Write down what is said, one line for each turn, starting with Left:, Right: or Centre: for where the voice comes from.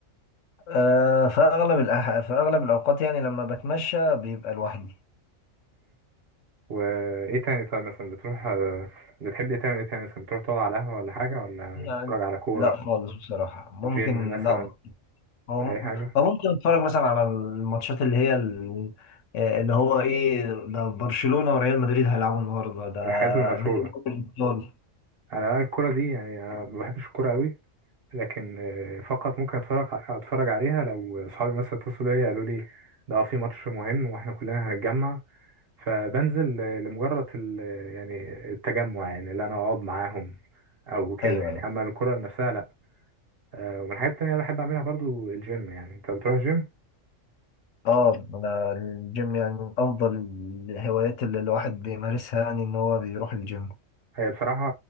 Left: آه، في أغلب الأح... في أغلب الأوقات يعني لما بتمشى بيبقى لوحدي
Right: وايه تاني طيب مثلا بتروح بتحب إيه تعمل ايه تاني مثلا بتروح تقعد على قهوة ولا حاجة ولا
Left: يعني
Right: بتتفرج على كورة
Left: لا خالص بصراحة ممكن
Right: جيم مثلا
Left: لا هو م-
Right: أي حاجة
Left: هو ممكن أتفرج مثلا على الماتشات اللي هي ال- آه، اللي هو إيه ده برشلونة وريال مدريد هيلعبوا النهاردة ده
Right: من الحاجات المشهورة
Left: نهائي دوري الأبطال
Right: أنا بقى الكورة دي يعني أنا ما بحبش الكورة أوي لكن آه، فقط ممكن أتفرج أتفرج عليها لو أصحابي مثلا اتصلوا بيا قالوا لي ده في ماتش مهم وإحنا كلنا هنتجمع فبنزل آه، لمجرد ال- آه، يعني التجمع يعني اللي أنا أقعد معاهم أو كده
Left: أيوه
Right: يعني
Left: أيوه
Right: أما الكورة نفسها لأ آه، ومن الحاجات التانية اللي بحب أعملها برضو الجيم يعني أنت بتروح جيم؟
Left: اه انا الجيم يعني من افضل الهوايات اللي الواحد بيمارسها يعني ان هو بيروح الجيم
Right: هي بصراحة